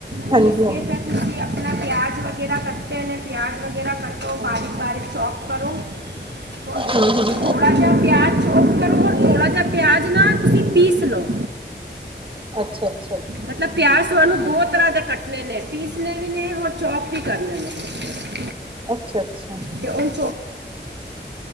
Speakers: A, on the right; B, on the right.
A: ਪੀਸ
B: ਹਾਂਜੀ ਹਾਂਜੀ
A: ਕੇ ਫੇਰ ਤੁਸੀਂ ਪਿਆਜ ਵਗੈਰਾ ਕੱਟੇ ਪਿਆਜ ਵਗੈਰਾ ਕੱਟੋ ਬਾਰੀਕ ਬਾਰੇ ਚੋਪ ਕਰੋ ਥੋੜਾ
B: ਹਮ ਹਮ
A: ਜਿਹਾ ਪਿਆਜ ਚੋਪ ਕਰੋ ਰ ਥੋੜਾ ਜਿਹਾ ਪਿਆਜ ਨਾ ਤੁਸੀਂ ਪੀਸ ਲਓ
B: ਅੱਛਾ ਅੱਛਾ
A: ਮਤਲਬ ਪਿਆਸ ਵਾਲੂ ਦੋ ਤਰ੍ਹਾਂ ਦੇ ਕੱਟਣੇ ਨੇ ਪੀਸਣੇ ਵੀ ਨੇ ਔਰ ਚੌਪ ਵੀ ਕਰਨੇ ਨੇ
B: ਅੱਛਾ ਅੱਛਾ
A: ਤੇ ਉਹ ਚੌਪ